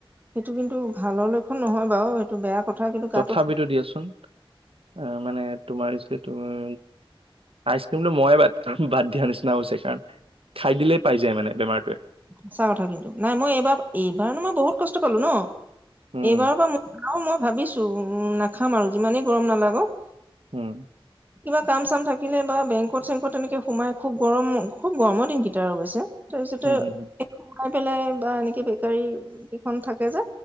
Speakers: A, on the right; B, on the right.
A: সেইটো কিন্তু ভালৰ লক্ষণ নহয় বাৰু এইেই বেয়া, কথা কিন্তু গাটো
B: তথাপিতো দিয়াচোন অঁ মানে তোমাৰিছে তোমাৰ আইচক্ৰীমটো ময়ে বাট বাদ দিয়া নিচিনা হৈছে কাৰণ খাই দিলেই পাই যায় মানে বেমাৰটোৱে
A: সঁচা কথা কিন্তু নাই মই এইবাৰ এইবাৰো মই বহুত কষ্ট পালো ন
B: উম
A: এইবাৰৰ পৰা মই অ' মই ভাবিছো উম নাখাম আৰু যিমানেই গৰম নালাগক
B: উম
A: কিবা কাম চাম থাকিলে বা বেংকত চেংকত তেনেকে সোমাই খুব গৰম খুব গৰমৰ দিনকেইটা আৰু অৱশ্যে, তাৰপিছতে,
B: উম হম হম
A: <inaudible> পেলাই বা এনেকে বেকাৰী কেইখন থাকে যে